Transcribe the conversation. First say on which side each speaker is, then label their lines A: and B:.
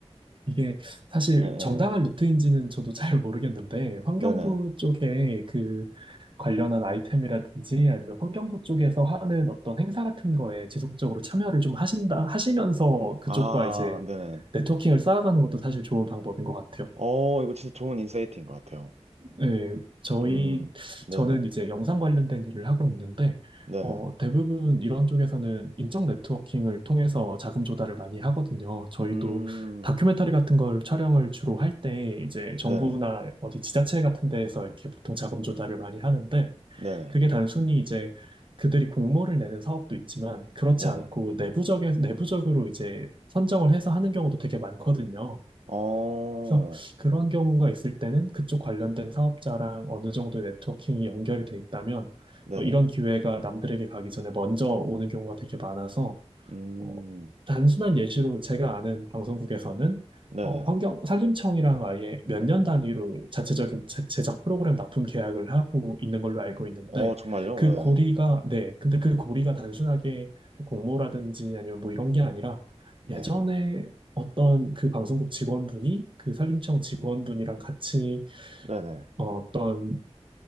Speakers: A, on the right; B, on the right.
A: 이게 사실
B: 예, 예.
A: 정당한 루트인지는 저도 <laughs> 잘 모르겠는데, 환경부
B: 네네.
A: 쪽에 그 관련한 아이템이라든지 아니면 환경부 쪽에서 하는 어떤 행사 같은 거에 지속적으로 참여를 좀 하신다, 하시면서 그쪽과
B: 아,
A: 이제
B: 네네.
A: 네트워킹을 쌓아가는 것도 사실 좋은 방법인 것 같아요.
B: 어, 이거 진짜 좋은 인사이트인 것 같아요.
A: 네, 저희,
B: 음, 네네.
A: 저는 이제 영상 관련된 일을 하고 있는데,
B: 네네.
A: 어, 대부분 이런 쪽에서는 인적 네트워킹을 통해서 자금 조달을 많이 하거든요. 저희도
B: 음,
A: 다큐멘터리 같은 걸 촬영을 주로 할 때, 이제 정부나
B: 네네.
A: 어디 지자체 같은 데에서 이렇게 보통 자금 조달을 많이 하는데,
B: 네네.
A: 그게 단순히 이제 그들이 공모를 내는 사업도 있지만, 그렇지
B: 네네.
A: 않고 내부적에, 내부적으로 이제 선정을 해서 하는 경우도 되게 많거든요.
B: 어,
A: 그래서 그런 경우가 있을 때는 그쪽 관련된 사업자랑 어느 정도 네트워킹이 연결이 돼 있다면
B: 네네.
A: 어, 이런 기회가 남들에게 가기 전에 먼저 오는 경우가 되게 많아서
B: 음,
A: 어, 단순한 예시로 제가 아는 방송국에서는
B: 네네.
A: 어, 환경 산림청이랑 아예 몇 년 단위로 자체적인 제- 제작 프로그램 납품 계약을 하고 있는 걸로 알고 있는데
B: 어, 정말요?
A: 그
B: 네네.
A: 고리가 네 근데 그 고리가 단순하게 뭐 공모라든지 아니면 뭐 이런 게 아니라
B: 네.
A: 예전에 어떤 그 방송국 직원분이 그 산림청 직원분이랑 같이
B: 네네.
A: 어, 어떤